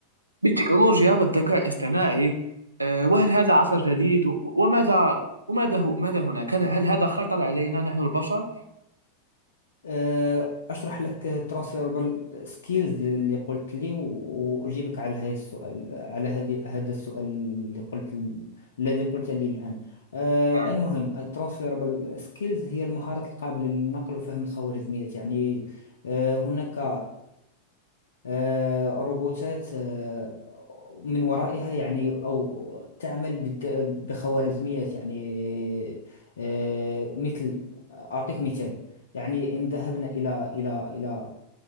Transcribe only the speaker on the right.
بالتكنولوجيا والذكاء الاصطناعي آه، وهل هذا عصر جديد و- وماذا وماذا هو ماذا هناك هل هل هذا خطر علينا نحن البشر؟
نعم